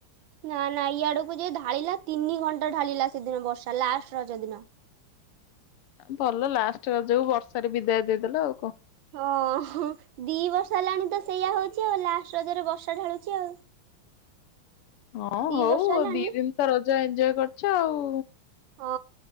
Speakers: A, on the right (about 65°); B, on the left (about 85°).
A: ନା ନା ଇଆଡକୁ ଯେ ଢାଳିଲା ତିନି ଘଣ୍ଟା ଢାଳିଲା ସେଦିନ ବର୍ଷା ଲାଷ୍ଟ୍ ରଜ ଦିନ।
B: ଭଲ ଲାଷ୍ଟ୍ ରଜକୁ ବର୍ଷାରେ ବିଦାୟ ଦେଇଦେଲ ଆଉ କ।
A: ହଁ ହଁ ଦି ବର୍ଷ ହେଲାଣି ତ ସେଇଆ ହଉଛି ଆଉ ଲାଷ୍ଟ୍ ରଜରେ ବର୍ଷା ଢାଳୁଛି ଆଉ।
B: ହଁ
A: ଦି
B: ହଉ
A: ବର୍ଷ ହେଲାଣି
B: ଦି ଦିନି ତ ରଜ ଏଞ୍ଜୟ କରିଛ ଉ।
A: ହଁ